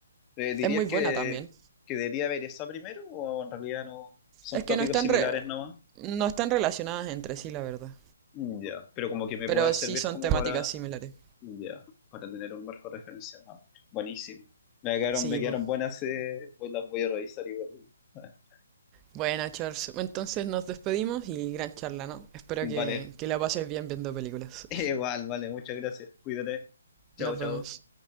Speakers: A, on the left; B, on the right.
A: Eh, ¿dirías
B: Es muy buena
A: que,
B: también.
A: que debería ver esa primero o en realidad no? Son
B: Es que
A: tópicos
B: no están,
A: similares
B: re-
A: nomás.
B: no están relacionadas entre sí, la verdad.
A: Ya, pero como que me
B: Pero
A: pueda servir
B: sí son
A: como
B: temáticas
A: para,
B: similares.
A: ya, para tener un marco de referencia. Ah, buenísimo. Me quedaron,
B: Sí,
A: me quedaron
B: pues.
A: buenas, eh, voy- las voy a revisar igual. <laughs>
B: Bueno, Charles, entonces nos despedimos y gran charla, ¿no? Espero que,
A: Vale,
B: que la pases bien viendo películas.
A: <laughs> igual, vale, muchas gracias. Cuídate. Chao,
B: Nos
A: chao.
B: vemos.